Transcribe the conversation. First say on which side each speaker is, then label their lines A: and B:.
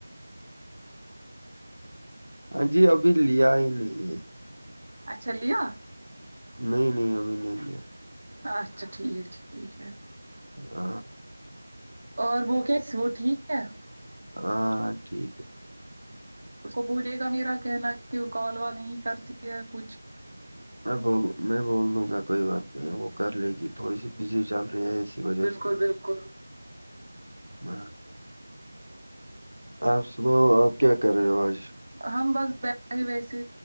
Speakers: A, on the right; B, on the right.
A: ہاں جی ابھی لیا ہی نہیں
B: اچھا لیا
A: نہیں نہیں ابھی نہیں کیا
B: اچھا ٹھیک ٹھیک ہے
A: ہ
B: اور وہ کیاس وہ ٹھیک ہے
A: ہاں ٹھیک ہے
B: اس کو بوولے گا میرا کہنا کہ وہ کالوا نہیں کرتی ہے کچھ
A: میں بول میں بول لوں گا کوئی بات نہیں ہے وہ کر لے گی تھوڑی سی بزی چل فری ب
B: بالکل
A: سے
B: بالکل
A: ہ آپ سناؤ آپ کیا کر رہے ہو آج
B: ہم بس ہی ویسی